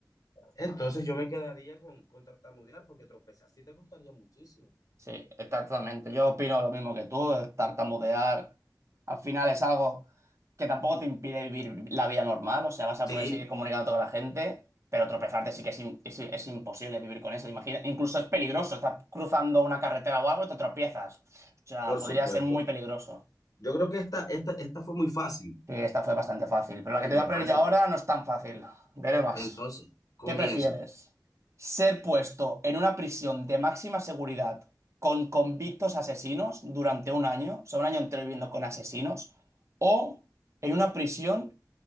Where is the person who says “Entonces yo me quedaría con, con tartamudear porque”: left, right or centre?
Left